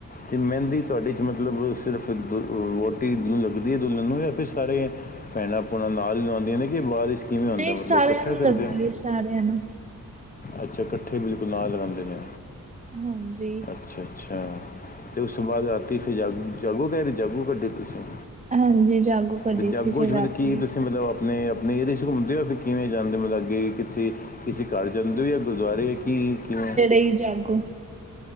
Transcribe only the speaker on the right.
ਨਹੀਂ
ਸਾਰਿਆਂ
ਨੂੰ
ਲੱਗਦੀ
ਏ, ਸਾਰਿਆਂ ਨੂੰ,
ਹਾਂਜੀ
ਹਾਂਜੀ, ਜਾਗੋ ਕੱਢੀ
ਸੀ ਫਿਰ
ਰਾਤੀ,
ਤੇ ਜਾਗੋ।